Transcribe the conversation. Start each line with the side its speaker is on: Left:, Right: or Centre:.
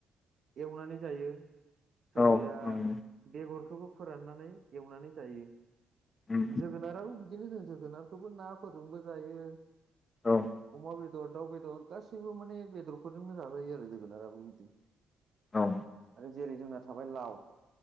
Right: एवनानै जायो सोरबाया
Left: नंगौ उम
Right: बेगरखौबो फोराननानै एवनानै जायो
Left: उम
Right: जोगोनाराबो बिदिनो जों जोगोनारखौबो ना फोरजोंबो जायो
Left: औ
Right: अमा बेदर बेदर दाउ बेदर गासैबो माने बेदरफोरजोंनो जाजायो आरो जोगोनाराबो बिदि
Left: औ
Right: आरो जेरै जोंना थाबाय लाव